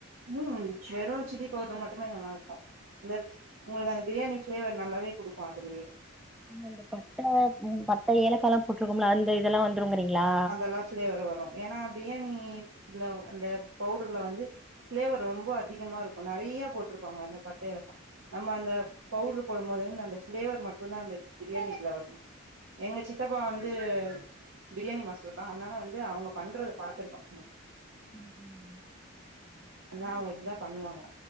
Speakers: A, on the right; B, in the centre.
A: ம் வெறும் சில்லி பவுடர் மட்டுமே நல்லா இருக்கும் அந்த உங்களுக்கு அந்த பிரியாணி ப்ளேவர் நல்லாவே குடுக்கும் அதுலயே
B: ஆமா இந்த பட்ட உ பட்ட ஏலக்கால்லா போட்ருக்கும்ல அந்த இதெல்லா வந்துருங்கிறீங்களா
A: நல்லா ஃப்ளேவர் வரு ஏன்னா பிரியாணில்ல அந்த பவுடர்ல வந்து ஃப்ளேவர் ரொம்ப அதிகமா இருக்கு நெறையா போட்டிருப்பாங்க அந்த பட்டேல நம்ம அந்த பவுட்ரு போடுபோது வந்து அந்த பிளேவர் மட்டும்தா அந்த பிரியாணிக்குல்ல வரு எங்க சித்தப் ப்பா வந்து பிரியாணி மாஸ்டர் தா அதனால வந்து அவங்க பண்றத பாத்துருக்கோ
B: ம் ம்
A: ஆனா அவங்க இப்டிதா பண்ணுவாங்க